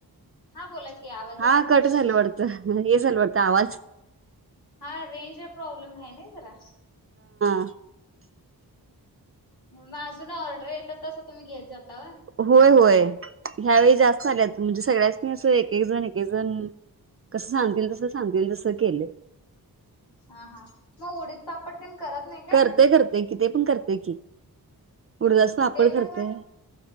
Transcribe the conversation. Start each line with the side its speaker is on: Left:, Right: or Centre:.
Left: हा बोला की आवाज
Right: हा
Left: येईना झालता
Right: कट झालं पडत. हे सल भरता आवाज
Left: हा रेंज ला प्रॉब्लेम आहे ना जरा
Right: हम्
Left: माझून ना ऑर्डर येतात तसं तुम्ही घेत. जातवा
Right: होय होय ह्यावेेळी जास्त आल्यात. म्हणजे सगळ्यासनी असं एक एक जण एके जण कस सांगतील तस सांगतील तस केलं.
Left: हा हा मग उडीत पापड तेन करत. नाही काय?
Right: करते करते. कि ते पण करते. की उडदाच पापड
Left: ते कसं
Right: करते.